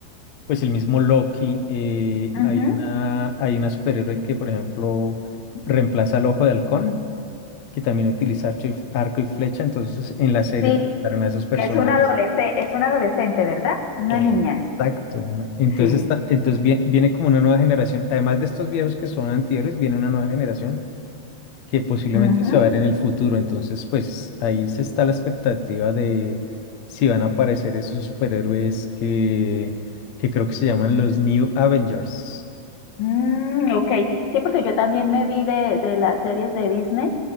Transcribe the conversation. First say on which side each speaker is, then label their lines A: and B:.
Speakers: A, on the left (about 65°); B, on the left (about 85°).
A: pues el mismo Loki. eh,
B: Ujú.
A: hay una, hay una superhéroe que por ejemplo reemplaza al Ojo de Halcón. que también utiliza archo y f- arco y flecha, entonces en la serie
B: Sí,
A: presentaron a esos personajes.
B: que es una adolescente, es una adolescente, ¿verdad? Una
A: Exacto.
B: niña.
A: una- Entonces,
B: Sí.
A: está, entonces vie- viene, como una nueva generación, además de estos viejos que son antihéroes, viene una nueva generación que posiblemente
B: Ujú.
A: se va a ver en el futuro, entonces pues ahí se está la expectativa de si van a aparecer esos superhéroes que, que creo que se llaman los New Avengers.
B: Mm, ok, sí, porque yo también me vi de, de las series de Disney.